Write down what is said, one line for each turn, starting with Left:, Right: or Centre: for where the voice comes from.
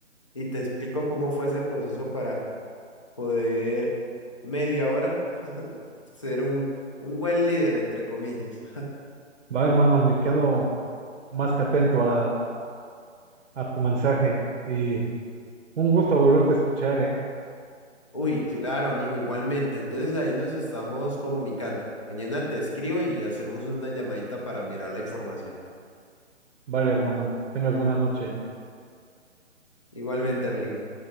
Left: y te explico cómo fue ese proceso para poder media hora <laughs> ser un, un buen líder, entre comillas.
Right: Va, hermano, me quedo más que atento a, a tu mensaje y un gusto volverte a escuchar, ¿eh?
Left: Uy, claro, amigo, igualmente. Entonces ahí nos estamos comunicando. Mañana te escribo y hacemos una llamadita para mirar la información.
Right: Vale, hermano, tengas buena noche.
Left: Igualmente, amigo.